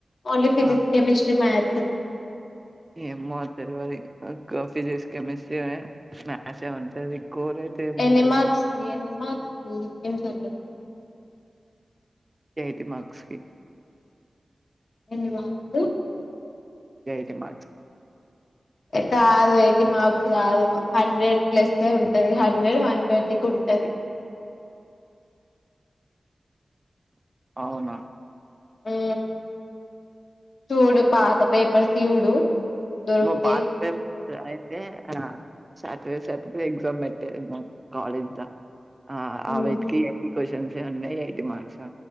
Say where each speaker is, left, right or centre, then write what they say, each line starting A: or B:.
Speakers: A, on the left; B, on the right.
A: ఓన్లీ ఫిజిక్స్,
B: ఆ
A: కేెమిస్ట్రి, మ్యాస్ సేనా
B: ఏమో తెల్వది. కా ఫిజిక్స్, కెమిస్ట్రీ, అండ్ మ్యాసే ఉంటది. కోర్ అయితే ఏముంటది
A: ఏనీ మార్క్స్కి,
B: మరి
A: ఎన్ని మార్క్స్ కి ఉహ్ ఎం. సెట్టు.
B: ఎయ్టి మార్క్స్ కి
A: ఏన్ని మార్స్కు
B: ఎయ్టీ మార్క్స్
A: ఎ కాదు. ఎయ్టీ మార్క్స్ గాదు. హండ్రెడ్ ప్లస్ ఎ ఉంటది, హండ్రెడ్ వన్ ట్వంటీకుంటది.
B: అవునా
A: హూ చూడు పాత పేపర్స్ చూడు. దొరుకుతాయి
B: నువ్ పాత్ పేపర్స్ ఆన్ తే అంగ సాటర్డే, సాటర్డే ఎక్జామ్ పెట్టేది. మా కాలేజ్ ద ఆ
A: హ్మ్
B: అవేటికి డబ్ కోషన్సే ఏ ఉండేయ్. ఎయ్టీ మార్క్